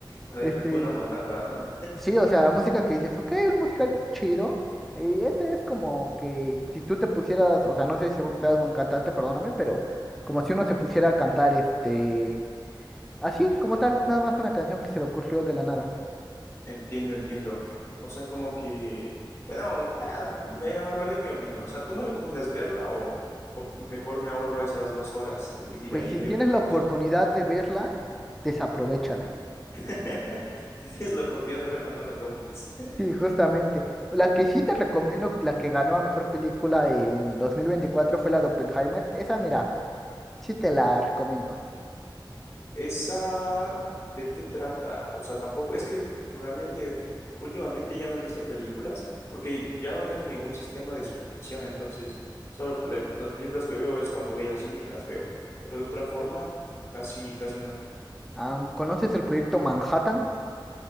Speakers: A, on the left; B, in the centre.
A: la de
B: Este,
A: Hakuna Matata, ¿no?
B: sí, o sea, música que dices, ok, un musical chido. Y este es como que si tú te pusieras, o sea, no sé si vos seas buen cantante, perdóname, pero como si uno se pusiera a cantar, este, así, como tal, nada más una canción que se le ocurrió de la nada.
A: Entiendo, entiendo. O sea, como que, bueno, nah, me ahorraré mi opinión. O sea, ¿tú me recomiendas verla o, o mejor me ahorro esas dos horas de mi vida
B: Pues
A: y
B: si
A: veo
B: tienes
A: otra
B: la
A: cosa?
B: oportunidad de verla, desaprovechala.
A: <laughs> Si tienes la oportunidad de verla, no la tomes. <laughs>
B: Sí, justamente. La que sí te recomiendo, la que ganó a mejor película en 2024 fue la de Oppenheimer. Esa, mira, sí te la recomiendo.
A: ¿Esa de qué trata? O sea, tampoco, es que realmente últimamente ya no he visto películas porque ya no tengo ningún sistema de suscripción, entonces solo le- las películas que veo es cuando voy al cine y las veo, pero de otra forma, casi, casi no.
B: Am, ¿conoces el proyecto Manhattan?